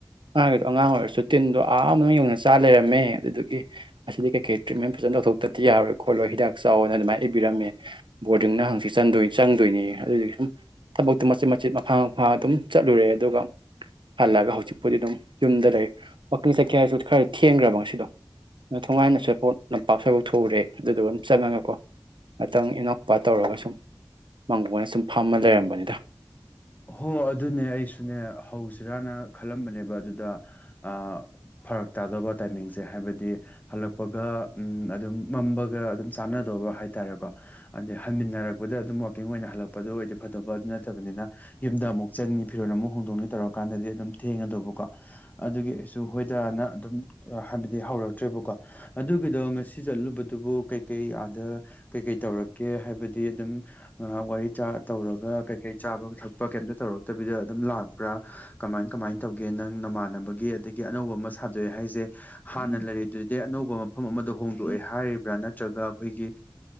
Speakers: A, on the right; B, on the left.
A: ꯑꯥꯡꯗꯣ ꯑꯉꯥꯡ ꯑꯣꯏꯔꯁꯨ ꯇꯤꯟꯗꯣ ꯑꯥ ꯌꯧꯅ ꯆꯥ ꯂꯩꯔꯝꯃꯦ ꯑꯗꯨꯗꯨꯒꯤ ꯑꯁꯤꯗꯤ ꯀꯩꯀꯩ ꯇ꯭ꯔꯤꯠꯃꯦꯟ ꯐꯖꯅ ꯇꯧꯊꯣꯛꯇꯗꯤ ꯌꯥꯔꯣꯏ ꯈꯣꯠꯂꯣꯏ ꯍꯤꯗꯥꯛ ꯆꯥꯎꯋꯑꯣꯅ ꯑꯗꯨꯃꯥꯏꯅ ꯏꯕꯤꯝꯃꯦ ꯕꯣꯔꯗꯤꯡꯅ ꯍꯪꯆꯤ ꯆꯪꯗꯣꯏꯪ ꯑꯗꯨꯣꯏꯅꯦ ꯑꯗꯨꯒꯤ ꯃꯆꯤꯠ ꯃꯆꯦꯠ ꯃꯈꯥ ꯃꯥ ꯑꯗꯨꯝ ꯆꯠꯂꯨꯔꯦ ꯑꯗꯨꯒ ꯍꯜꯂꯒ ꯍꯧꯖꯤꯛꯄꯨꯗꯤ ꯑꯗꯨꯝ ꯌꯨꯝꯗ ꯂꯩ ꯋꯥꯀꯤꯜ ꯆꯀꯌꯥ ꯍꯥꯏꯁꯨ ꯈꯔ ꯊꯦꯡꯈ꯭ꯔꯦꯕ ꯉꯁꯤꯗꯣ ꯅ ꯊꯣꯉꯥꯏꯅꯁꯨꯦꯄꯣꯠ ꯂꯝꯄꯥꯛ ꯁꯐꯧ ꯊꯨꯔꯦ ꯑꯗꯨꯗꯨꯒ ꯑꯗꯨꯝ ꯆꯪꯉꯒꯀꯣ ꯉꯇꯪ ꯏꯅꯧꯄ ꯇꯧꯔꯒ ꯁꯨꯝ ꯃꯪꯒꯣꯟꯅ ꯁꯨꯝ ꯐꯥꯝꯃ ꯂꯩꯔꯝꯕꯅꯤꯗ
B: ꯍꯣ ꯑꯗꯨꯅꯦ ꯑꯩꯁꯨꯅꯦ ꯍꯧꯁꯤꯔꯥꯅ ꯈꯜꯂꯝꯕꯅꯦꯕ ꯑꯗꯨꯗ ꯑ ꯐꯔꯛ ꯇꯥꯗꯕ ꯇꯥꯏꯃꯤꯡꯁꯦ ꯍꯥꯏꯕꯗꯤ ꯍꯜꯂꯛꯄꯒ ꯑꯗꯨꯝ ꯃꯝꯕꯒ ꯑꯗꯨꯝ ꯆꯥꯟꯅꯗꯕ ꯍꯥꯏ ꯍꯥꯏꯇꯥꯔꯦꯀꯣ ꯑꯗ ꯍꯟꯃꯤꯟꯅꯔꯛꯄꯗ ꯑꯗꯨꯝ ꯋꯥꯋꯥꯛꯀꯤꯡ ꯑꯣꯏꯅ ꯍꯜꯂꯛꯄꯗꯨ ꯑꯣꯏꯗꯤ ꯐꯗꯕ ꯑꯗꯨ ꯅꯠꯇꯕꯅꯤꯅ ꯌꯨꯝꯗ ꯑꯃꯨꯛ ꯆꯪꯉꯤ ꯐꯤꯔꯣꯜ ꯑꯃꯨꯛ ꯍꯣꯡꯗꯣꯛꯅꯤ ꯇꯧꯔꯀꯥꯟꯗꯗꯤ ꯑꯗꯨꯝ ꯊꯦꯡꯉꯗꯧꯕꯀꯣ ꯑꯗꯨꯒꯤ ꯑꯩꯁꯨ ꯍꯣꯏꯗ ꯍꯥꯏꯕꯗꯤ ꯍꯧꯔꯛꯇ꯭ꯔꯦꯣ ꯑꯗꯨꯒꯤꯗꯣ ꯉꯁꯤ ꯆꯠꯂꯨꯕꯗꯨꯕꯨ ꯀꯩ ꯀꯩ ꯑꯥ ꯀꯩ ꯀꯩ ꯇꯧꯔꯛꯀꯦ ꯍꯥꯏꯕꯗꯤ ꯑꯗꯨꯝ ꯋꯥꯔꯤ ꯇꯧꯔꯒ ꯀꯩꯀꯩ ꯆꯥꯕ ꯀꯩꯝꯇ ꯇꯧꯔꯛꯇꯕꯤꯗ ꯑꯗꯨꯝ ꯂꯥꯛꯄ꯭ꯔꯥ ꯀꯃꯥꯏ ꯀꯃꯥꯏꯅ ꯇꯧꯒꯦ ꯅꯪ ꯅꯃꯥꯟꯅꯕꯒꯤ ꯑꯗꯒꯤ ꯑꯅꯧꯕ ꯑꯃ ꯁꯥꯗꯣꯛꯑꯦ ꯍꯥꯏꯁꯦ ꯍꯥꯟꯅ ꯂꯩꯔꯤꯗꯨꯗꯤ ꯑꯅꯧꯕ ꯃꯐꯝ ꯑꯃꯗ ꯍꯣꯡꯗꯣꯛꯑꯦ ꯍꯥꯏꯔꯤꯕ꯭ꯔꯥ ꯅꯠꯇ꯭ꯔꯒ ꯑꯩꯈꯣꯏꯒꯤ